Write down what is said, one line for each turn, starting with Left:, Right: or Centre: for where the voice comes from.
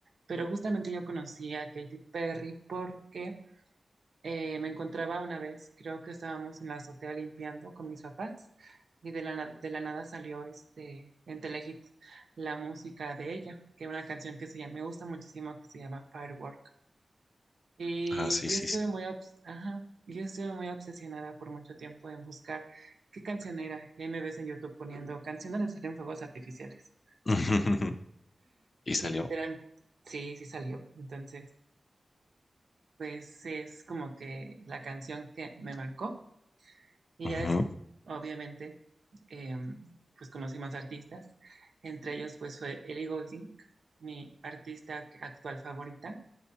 Right: Pero justamente yo conocí a Katy Perry porque eh, me encontraba una vez, creo que estábamos en la azotea limpiando con mis papás y de la, na- de la nada salió este, en Telehit la música de ella, que es una canción que se llama, me gusta muchísimo, que se llama Firework. Y
Left: Ah, sí, sí,
Right: yo estuve
Left: sí.
Right: muy, obs- ajá, yo estuve muy obsesionada por mucho tiempo en buscar qué canción era. Y ahí me ves en YouTube poniendo canción donde salen fuegos artificiales.
Left: <laughs> Y salió.
Right: Y literal, sí, sí salió. Entonces, pues es como que la canción que me marcó. Y
Left: Ujú,
Right: ya es, obviamente, em, pues conocí más artistas. Entre ellos, pues fue Ellie Goulding, mi artista actual favorita.